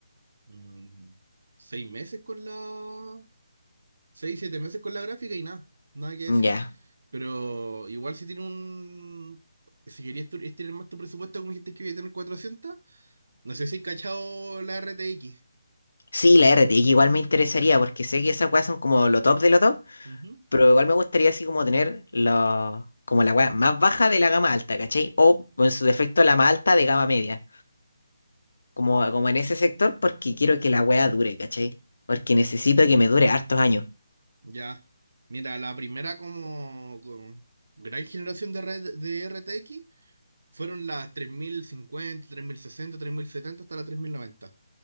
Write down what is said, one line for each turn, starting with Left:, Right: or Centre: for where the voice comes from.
Right: mm, 6 meses con la, seis, siete meses con la gráfica y nada, nada que decir.
Left: Ya.
Right: Pero igual si tiene un... Si querías tu- estirar más tu presupuesto, como dijiste que iba a tener cuatrocientos no sé si has cachado la RTX.
Left: Sí, la RTX igual me interesaría porque sé que esas weas son como lo top de lo top,
Right: Ujú.
Left: pero igual me gustaría así como tener lo, como la wea más baja de la gama alta, ¿cachai? O en su defecto la más alta de gama media, como, como en ese sector porque quiero que la wea dure, ¿cachai? Porque necesito que me dure hartos años.
Right: Ya. Mira, la primera como, como gran generación de, red, de RTX fueron las tres tres mil mil cincuenta tres mil sesenta tres mil setenta hasta la tres mil noventa